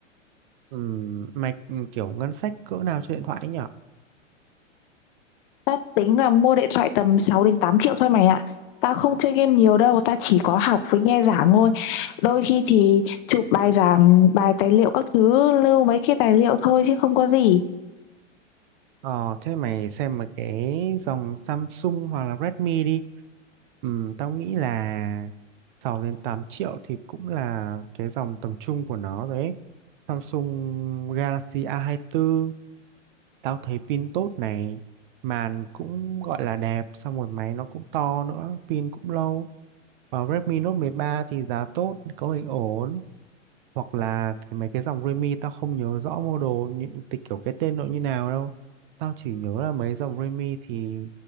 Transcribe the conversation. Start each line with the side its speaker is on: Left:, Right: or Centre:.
Right: Ừm, mày kiểu ngân sách cỡ nào cho điện thoại ấy nhở?
Left: Tao tính là mua điện thoại tầm 6 đến 8 triệu thôi mày ạ. Tao không chơi game nhiều đâu, tao chỉ có học với nghe giảng thôi. Đôi khi thì chụp bài giảng, bài tài liệu các thứ, lưu mấy cái tài liệu thôi chứ không có gì.
Right: Ờ, thế mày xem một cái dòng Samsung hoặc là Redmi đi. Ừm, tao nghĩ là 6 đến 8 triệu thì cũng là cái dòng tầm trung của nó đấy. Samsung Galaxy A24 hai tư Tao thấy pin tốt này, màn cũng gọi là đẹp, xong rồi máy nó cũng to nữa, pin cũng lâu. Và Redmi Note 13 thì giá tốt, cấu hình ổn. Hoặc là cái, mấy cái dòng Redmi tao không nhớ rõ model, những tịch kiểu cái tên nó như nào đâu. Tao chỉ nhớ là mấy dòng Redmi thì